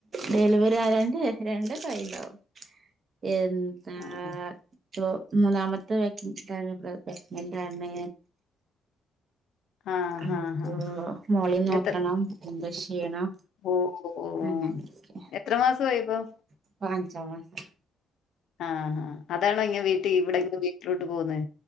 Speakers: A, on the right; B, on the left.
A: ഡെലിവറി ആയാണ്ട് രണ്ടൊക്കെ ആയിണ്ടാവും എന്താ
B: ആഹ്
A: പ്പൊ മൂന്നാമത്തെ വ <unintelligible> എന്താണ് പ്രെഗ്നെന്റാണ്.
B: ആഹ്
A: അപ്പൊ
B: ആഹ് ആഹ്
A: മോളീം നോക്കണം
B: എത്ര
A: എന്താ ഷീണം
B: ഓഹ് ഓഹ്
A: അങ്ങനനൊക്കെ
B: എത്ര മാസമായി ഇപ്പം
A: ഇപ്പൊ അഞ്ചാം മാസം.
B: ആഹ് അതാണോ ഇങ്ങ വീട്ടി ഇവിടെ ഇങ്ങ് വീട്ടിലോട്ട് പോന്നെ